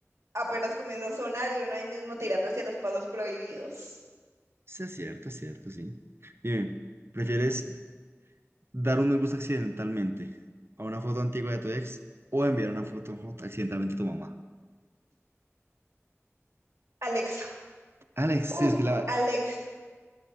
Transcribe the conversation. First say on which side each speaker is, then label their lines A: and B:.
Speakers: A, on the right (about 80°); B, on the right (about 55°).
A: apenas comienza a sonar y uno ahí mismo tirando hacia los pasos prohibidos.
B: Sí, es cierto, es cierto, sí. Dime, ¿prefieres dar un me gusta accidentalmente a una foto antigua de tu ex o enviar una foto accidentalmente a tu mamá?
A: Alexa.
B: Alex, sí,
A: Uf,
B: es que la...
A: Alexa!